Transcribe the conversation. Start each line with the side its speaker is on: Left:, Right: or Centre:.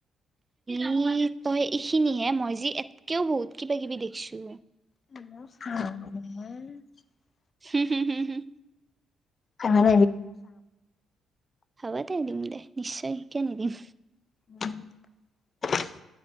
Right: উ তই এইখিনিহে মই যে এটকেও বহুত কিবা কিবি দেখিছো।
Left: <unintelligible>
Right: হুম হুম হুম হুম।
Left: চাম
Right: হব দে, দিম দে, নিশ্চয় কিয় নিদিম।
Left: <unintelligible>